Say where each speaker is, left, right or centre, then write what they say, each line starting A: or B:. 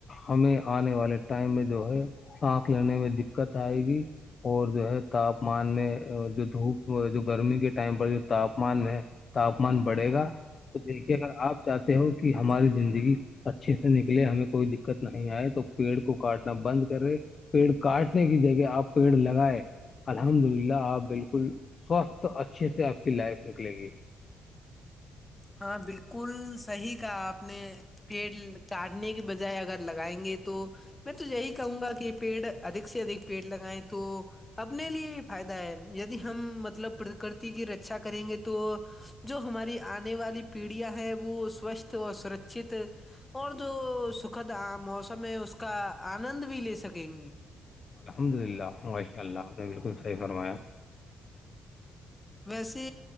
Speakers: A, on the left; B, on the left.
A: ہمیں آنے والے ٹائم میں جو ہے سانس لینے میں دقت آئے گی اور جو ہے تاپمان میں جو دھوپ جو گرمی کے ٹائم پر جو تاپمان میں ہے تاپمان بڑھے گا تو دیکھیے اگر آپ چاہتے ہو کہ ہماری زندگی اچھے سے نکلے ہمیں کوئی دقت نہیں آئے تو پیڑ کو کاٹنا بند کرے پیڑ کاٹنے کی جگہ آپ پیڑ لگائے الحمد للہ آپ بالکل سوستھ اچھے سے آپ کی لائف نکلے گی
B: ہاں بالکل صحیح کا آپ نے پیڑ چاٹنے کے بجائے اگر لگائیں گے تو میں تو یہی کہوں گا کہ پیڑ ادک سے ادک پیڑ لگائیں تو اپنے لیے ہی فائدہ ہے ید ہم مطلب پرکرتی کی رکچا کریں گے تو جو ہماری آنے والی پیڑیاں ہیں وہ سوستھ اور سرکچت اور جو سکھد موسم ہے اس کا آنند بھی لے سکیں گے
A: الحمد للہ واشاء اللہ آپ نے بالکل صحیح فرمایا
B: ویسے